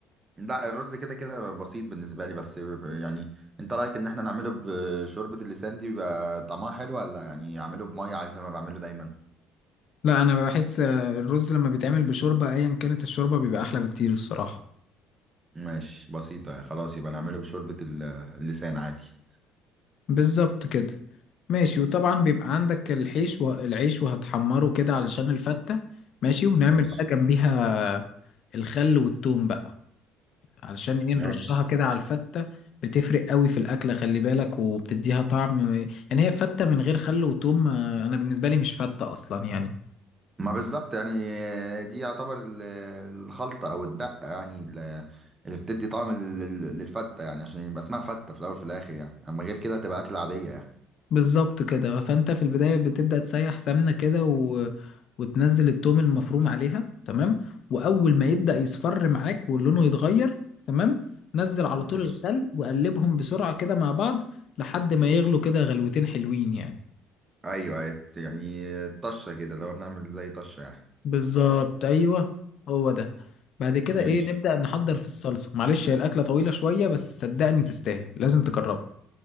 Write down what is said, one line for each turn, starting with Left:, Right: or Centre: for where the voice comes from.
Right: لا الرز كده كده بسيط بالنسبه لي بس يعني انت رايك ان احنا نعمله بشوربه اللسان دي بيبقى طعمها حلو ولا يعني اعمله بميه عادي زي ما بعمله دايما
Left: لا انا بحس آه، الرز لما بيتعمل بشوربه ايا كانت الشوربه بيبقى احلى بكتير الصراحه
Right: ماشي بسيطه يعني خلاص يبقى نعمله بشوربه ال- اللسان عادي
Left: بالظبط كده ماشي وطبعا بيبقى عندك الحيش والعيش وهتحمره كده علشان الفته ماشي ونعمل
Right: ماشي
Left: بقى جنبيها الخل والثوم بقى علشان ايه
Right: ماشي
Left: نرشها كده على الفته بتفرق قوي في الاكله خلي بالك وبتديها طعم يعني هي فته من غير خل وثوم آه، انا بالنسبه لي مش فته اصلا يعني
Right: ما بالظبط يعني دي يعتبر ال- الخلطه او الدقه يعني ال- اللي بتدي طعم لل- للفته يعني عشان يبقى اسمها فته في الاول وفي الاخر يعني اما غير كده هتبقى اكله عاديه يعني
Left: بالظبط كده فانت في البدايه بتبدا تسيح سمنه كده و... وتنزل التوم المفروم عليها تمام واول ما يبدا يصفر معاك ولونه يتغير تمام نزل على طول
Right: ماشي
Left: الخل وقلبهم بسرعه كده مع بعض لحد ما يغلوا كده غلوتين حلوين يعني
Right: ايوه أيوة، يعني طشه كده لو بنعمل زي طشه يعني
Left: بالظبط ايوه هو ده بعد كده
Right: ماشي
Left: ايه نبدا نحضر في الصلصه معلش هي الاكله طويله شويه بس صدقني تستاهل لازم تجربها